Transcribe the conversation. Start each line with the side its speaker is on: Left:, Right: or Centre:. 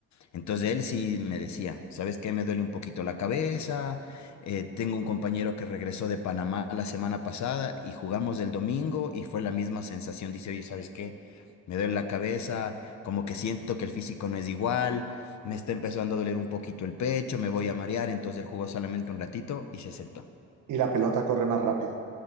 Left: Entonces él sí me decía, ¿sabes qué? Me duele un poquito la cabeza, eh, tengo un compañero que regresó de Panamá la semana pasada y jugamos el domingo y fue la misma sensación. Dice, oye, ¿sabes qué? Me duele la cabeza, como que siento que el físico no es igual, me está empezando a doler un poquito el pecho, me voy a marear. Entonces él jugó solamente un ratito y se sentó.
Right: Y la pelota corre más rápido.